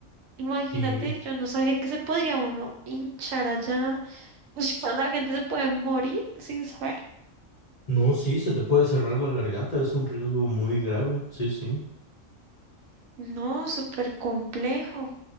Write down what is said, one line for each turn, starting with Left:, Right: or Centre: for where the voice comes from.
Right: Imagínate,
Left: Y
Right: yo no sabía que se podría uno hinchar allá. <laughs> O sea, la gente se puede morir sin saber.
Left: no, sí, se te puede cerrar la garganta, es un riesgo muy grave, sí, sí.
Right: No, súper complejo.